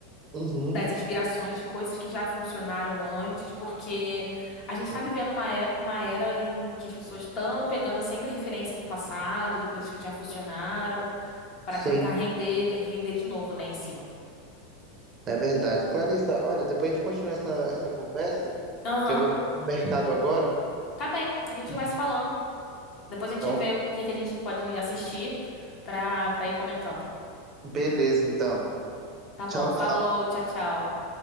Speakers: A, on the right; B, on the left.
A: Uhum,
B: das inspirações de coisas que já funcionaram antes, porque a gente tá vivendo uma, é- uma era em que as pessoas estão pegando sempre referências do passado, de coisas que já funcionaram, para
A: sim,
B: tentar render, render de novo, né, em cima.
A: é verdade. Clarissa, olha, depois a gente continua essa, essa conversa,
B: Aham,
A: que eu vou ter que ir no mercado agora.
B: Tá bem. A gente vai se falando. Depois a gente
A: Então,
B: vê o que que a gente pode assistir pra, pra ir comentando.
A: beleza, então.
B: Tá bom,
A: Tchau,
B: falou,
A: tchau.
B: tchau, tchau.